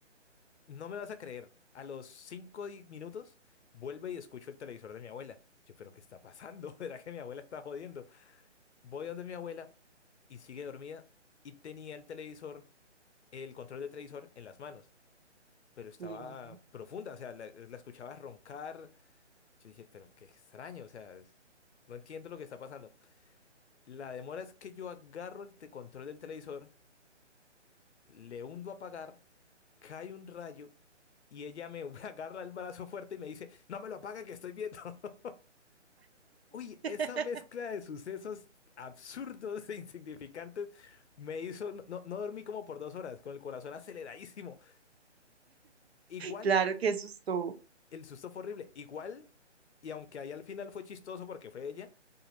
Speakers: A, on the left; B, on the right.
A: No me vas a creer, a los 5 minutos vuelvo y escucho el televisor de mi abuela. Yo, pero ¿qué está pasando? <laughs> ¿Será que mi abuela está jodiendo? Voy donde mi abuela y sigue dormida y tenía el televisor, el control del televisor en las manos, pero estaba
B: Mm.
A: profunda, o sea, la, la escuchaba roncar, Yo dije, pero qué extraño, o sea, es- no entiendo lo que está pasando. La demora es que yo agarro el te- control del televisor, le hundo a apagar, cae un rayo y ella me <laughs> agarra el brazo fuerte y me dice, no me lo apaga que estoy viendo. <laughs> Uy,
B: <laughs>
A: esa mezcla de sucesos absurdos e insignificantes me hizo, no, no no dormí como por dos horas, con el corazón aceleradísimo. Igual,
B: Claro, qué susto.
A: el susto fue horrible, igual, y aunque ahí al final fue chistoso porque fue ella.